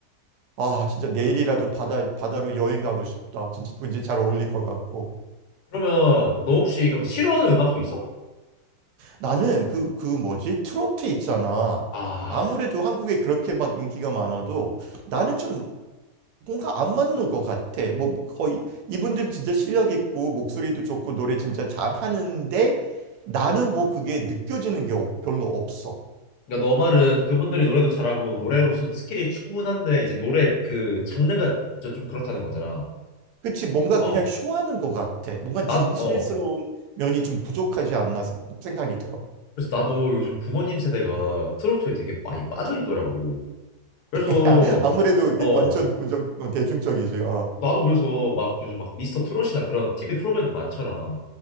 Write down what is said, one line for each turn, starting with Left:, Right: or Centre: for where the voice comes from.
Right: 아, 진짜 내일이라도 바다 바다로 여행 가고 싶다. 진짜 왠지 잘 어울릴 것 같고.
Left: 그러면 너 혹시 그럼 싫어하는 음악도 있어?
Right: 나는 그, 그 뭐지? 트로트 있잖아.
Left: 아
Right: 아무래도 한국에 그렇게 막 인기가 많아도 나는 좀 뭔가 안 맞는 것 같아. 뭐 거의 이분들 진짜 실력 있고 목소리도 좋고 노래 진짜 잘하는데 나는 뭐 그게 느껴지는 게 없- 별로 없어.
Left: 그러니까 너 말은 그분들이 노래도 잘하고 노래로서 스킬이 충분한데 이제 노래 그 장르가 진짜 좀 그렇다는 거잖아.
Right: 그치? 뭔가
Left: 어,
Right: 그냥 쇼하는 것 같아. 뭔가
Left: 나,
Right: 진실스러운
Left: 어,
Right: 면이 좀 부족하지 않나 생- 생각이 들어.
Left: 그래서 나도 요즘 부모님 세대가 트로트에 되게 많이 빠져 있더라고. 그래서
Right: <laughs> 아, 아무래도 이게
Left: 어
Right: 완전, 완전 대중적이지. 어,
Left: 나도 그래서 막 요즘 막 미스터 트롯이나 그런 TV 프로그램도 많잖아.